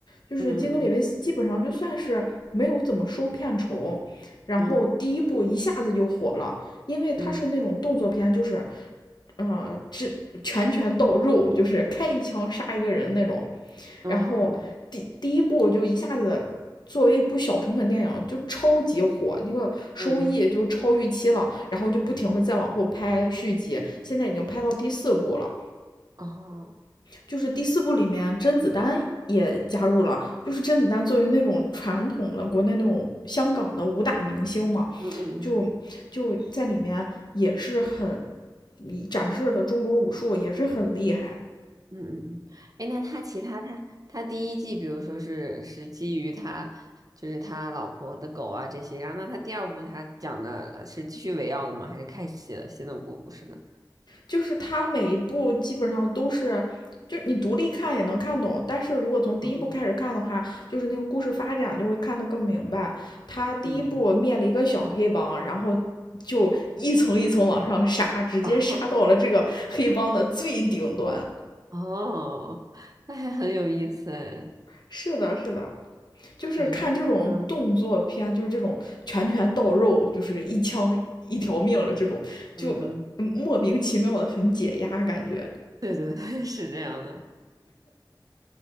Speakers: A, on the left; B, on the right.
A: 就是基努里维斯基本上就算是没有怎么收片酬，
B: 嗯
A: 然后第一部一下子就火了，
B: 嗯嗯
A: 因为他是那种动作片，
B: 嗯
A: 就是，呃，这拳拳到肉，就是开一枪杀一个人那种，
B: 嗯，
A: 然后第第一部就一下子作为一部小成本电影就超级火，
B: 哦，
A: 那个收益就超预期了，
B: 嗯嗯
A: 然后就不停的再往后拍续集，现在已经拍到第四部了。
B: 哦，
A: 就是第四部里面甄子丹也加入了，就是甄子丹作为那种传统的国内那种香港的武打明星嘛，
B: 嗯嗯嗯。
A: 就就在里面也是很。展示的中国武术也是很厉害，
B: 嗯嗯嗯，哎，那他其他他他第一季，比如说是是基于他就是他老婆的狗啊这些，然后那他第二部他讲的是继续围绕的吗？还是开启了新的故事呢？
A: 就是它每一部基本上都是，就你独立看也能看懂，但是如果从第一部开始看的话，
B: 哦，
A: 就是那个故事发展就会看得更明白。他第一部灭了一个小黑帮，
B: 嗯嗯，
A: 然后就一层一层往上杀，直接杀到了这个黑帮的最顶端。
B: <laughs> 哦哦，那还很有意思哎，
A: 是的，是的，就是看这种动作片，
B: 可以，嗯
A: 就是这种拳拳到肉，就是一枪一条命了这种，就嗯莫名其妙的很解压感觉。
B: 嗯嗯，对对对，<laughs> 是这样的。